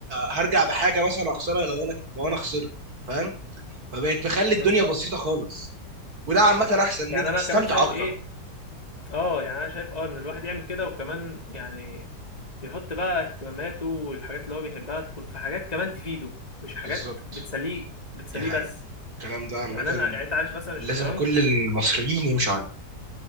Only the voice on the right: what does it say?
هرجع بحاجه مثلا اخسرها لو انا لو انا خسرت فاهم فبقت مخلي
الدنيا بسيطة خالص وده عامة أحسن إن
أنت
تستمتع
أكتر
بالظبط
دي حقيقة
الكلام ده عامة
لازم
كل المصريين يمشوا عليه